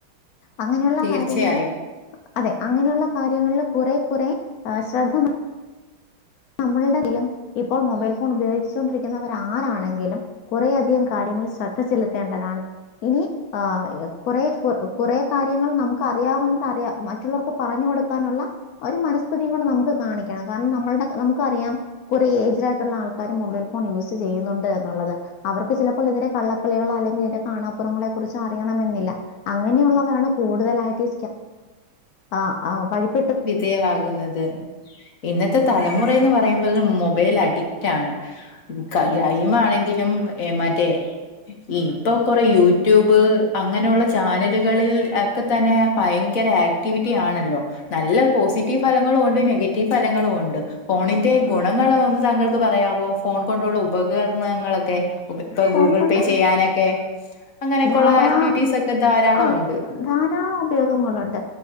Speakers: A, on the left; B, on the left.
A: അങ്ങനെയുള്ള
B: തീർച്ചയായും
A: കാര്യങ്ങളില് അതെ അങ്ങനെയുള്ള കാര്യങ്ങളില് കുറെ കുറെ ശ്രദ്ധ നമ്മളടതയിലും ഇപ്പോൾ മൊബൈൽ ഫോൺ ഉപയോഗിച്ചൊണ്ടിരിക്കുന്നവർ ആരാണെങ്കിലും കുറേ അധികം കാര്യ ശ്രദ്ധ ചെലുത്തേണ്ടതാണ് ഇനി ആ കുറെ കുറെ കാര്യങ്ങൾ നമുക്ക് അറിയാവുന്നത് അറിയ മറ്റുള്ളവർക്ക് പറഞ്ഞു ടുക്കാനുള്ള ഒരു മനസ്സ്ഥിതിയും കൂടെ നമുക്ക് കാണിക്കണം കാരണം നമ്മളുടെ നമുക്കറിയാം കുറേ ഏജ് ആായിട്ടുള്ള ആൾക്കാര് മൊബൈൽ ഫോൺ യൂസ് ചെയ്യുന്നുണ്ട് എന്നുള്ളത് അവർക്ക് ചിലപ്പോ ഇതിന്റെ കള്ളക്കളികളോ അല്ലെങ്കിൽ ഇന്റെ കാണാപ്പുറങ്ങളെ കുറിച്ച് അറിയണംമെന്നില്ല അങ്ങനെയുള്ളവരാണ് കൂടുതലായിട്ട് ാമങ്ങിനൊക്കെ
B: വിധേയമാകുന്നത് ഇന്നത്തെ തലമുറ റന്ന് പറയുമ്പത് മൊബൈൽ അഡിക്റ്റ് ആണ് ഗെയിം ആണെങ്കിലും മറ്റേ ഇപ്പൊ കൊറ യൂട്യൂബ് ് അങ്ങനെയുള്ള ചാനലുകളിൽ ഒക്കെ തന്നെ ഭയങ്കര ആക്ടിവിറ്റി ആണല്ലോ നല്ല പോസിറ്റീവ് ഫലങ്ങളും ഉണ്ട് നെഗറ്റീവ് ഫലങ്ങളും ഉണ്ട് ഫോണിന്റെ ഗുണങ്ങളൾ ഒന്ന് താങ്കൾക്ക് പറയാം അ ഫോൺ കൊണ്ടുള്ള ഉപകരണങ്ങളൊക്കെ ഇപ്പൊ
A: ഫോൺ
B: ഗൂഗിൾ
A: കൊണ്ട്
B: പേ ചെയ്യാനൊക്കെ അങ്ങനെയൊക്കെയള്ള
A: ധാരാ
B: ആക്ടിവിറ്റീസ് ഒക്കെ ധാരാളമ
A: ആഹ്
B: ഉണ്ട്
A: ധാരാളം ഉപയോഗങ്ങളുണ്ട്